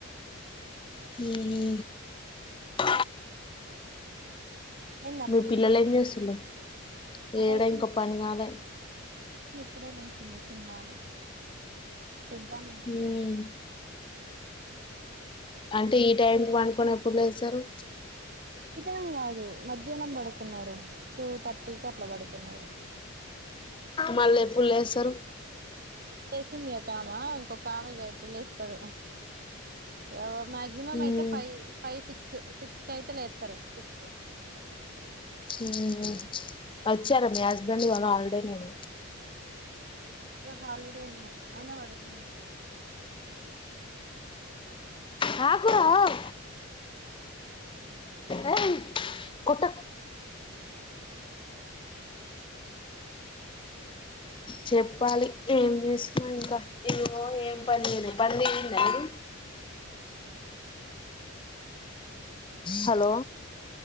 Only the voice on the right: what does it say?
అయిందా
పని
అగో
ఈ
కప్పుడే నసిందికిన్నాము పెద్దమే <unintelligible>
ఇతం కాదు మధ్యాహ్నం పడుకున్నారు టూ థర్టీకి అట్లా పడుకున్నారు
ఇ లేసింది ఒక ఆమె ఇంకొక ఆమె ఇక ఎప్పుడు లేస్తారు ఎవ మాక్సిమం
అయితే ఫైవ్ ఫైవ్ సిక్స్ సిక్స్ క అయితే లేస్తరు సిక్స్
హాలిడేలు అయనా అయినా పడకు